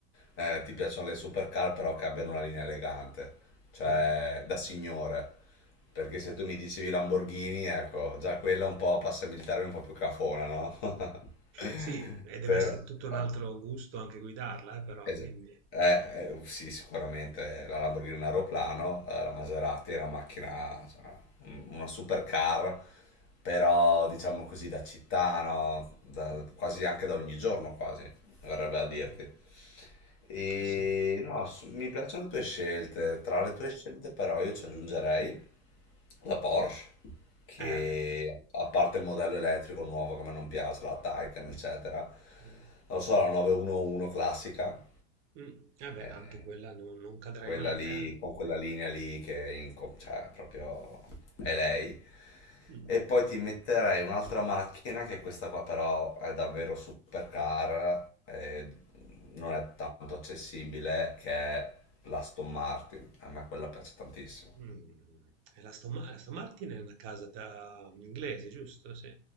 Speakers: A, on the left (about 35°); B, on the right (about 40°).
A: Eh, ti piacciono le supercar però che abbiano una linea elegante, cioè
B: Sì.
A: da signore. Perché
B: <laughs>
A: se tu mi dicevi Lamborghini, ecco, già quella un po' passa militare un po' più cafona, no? <laughs>
B: Sì, e deve
A: Però...
B: essere tutto un
A: eh,
B: altro gusto anche guidarla, eh, però,
A: eh gi-
B: quindi
A: eh, eh, sì, sicuramente la Lamborghini è un aeroplano, eh, la Maserati è una macchina, cioè, una supercar, però diciamo così da città, no? Da-
B: Mh.
A: quasi anche da ogni giorno, quasi, verrebbe a dirti.
B: Mh.
A: E
B: Sì. Eh,
A: no, s- mi piacciono le tue scelte, tra le tue scelte però io ci aggiungerei la Porsche, che
B: beh.
A: a parte il modello elettrico nuovo che a me non piace, la Taycan, eccetera, non
B: Mh.
A: lo so, la 911 classica.
B: Mh. Eh, beh,
A: Eh,
B: anche quella non non cadrai
A: quella
B: male,
A: lì,
B: eh.
A: con quella linea lì che è in co- cioè, proprio è lei.
B: Mh.
A: E poi ti metterei un'altra macchina, che questa qua però è davvero supercar, e non è tanto accessibile, che è l'Aston Martin. A me quella piace tantissimo.
B: Mh. E la Aston Ma la Aston Martin è una casa ta inglese, giusto? Sì.